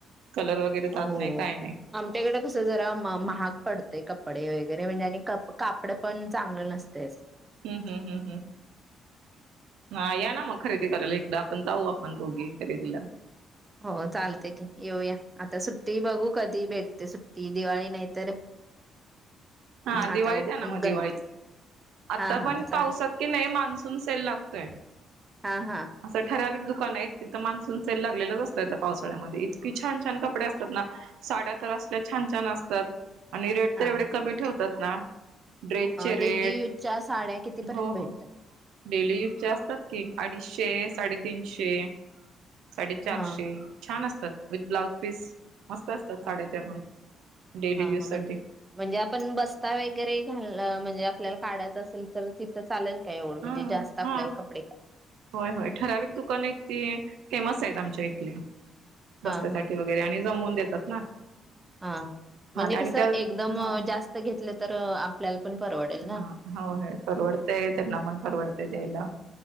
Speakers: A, on the right; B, on the right.
A: कलर वगैरे जात
B: हो
A: नाही काय नाही
B: आमच्याकडे कस जरा महाग पडतय कपडे व वगैरे म्हणजे आणि कापड पण चांगलं नसतेस
A: हम्म हम्म हम्म हम्म हा या ना मग खरेदी करायला आपण जाऊ आपण दोघी खरेदीला
B: हो चालते की येऊया आता सुट्टी बघू कधी भेटते सुट्टी दिवाळी नाही तर
A: हा दिवाळीच
B: आता
A: आहे ना मगं
B: गणप
A: दिवाळी आता
B: हा
A: पण
B: हा चालेल
A: पावसात कि नाही मान्सून सेल लागतोय
B: हा हा
A: असं ठराविक दुख का नाही तिथं मान्सून सेल लागलेच असतय त्या पावसाळ्यामध्ये इतकी छान छान कपडे असतात, ना साड्या तर असल्या छान छान असतात आणि रेट
B: हा
A: तर एवढे
B: हा.
A: कमी ठेवतात ना. ड्रेसचे रेट,
B: डेली यूजच्या साड्या कितीपर्यंत
A: हो
B: भेटतात?
A: हो डेली यूज, चे असतात ना? अडीचशे, साडेतीनशे, साडेचारशे,
B: हा
A: छान असतात. विथ्त ब्लाऊज पीस, मस्त असतात
B: हा
A: साड्या त्या, पण डेली
B: हा
A: यूजसाठी,
B: म्हण म्हणजे आपण बस्ता वैगरे घा आपल्याला काढायंच असेल तर तिथं चालेल काय एवढं म्हणजे
A: हा
B: जास्त आपल्याला
A: हा,
B: कपडे
A: होय होय, ठराविक दुकान आहेत ते फेमस आहेत आमच्या इथले- बस्त्यासाठी
B: हा हा
A: वगैरे आणि जमवुन देतात ना?
B: हा म्हणजे
A: हा आणि
B: कसं
A: त्या
B: एकदम
A: हा
B: जास्त घेतलं तर आपल्याला पण परवडेल ना.
A: हा हो परवडतय त्यांना, मन परवडतय द्यायला.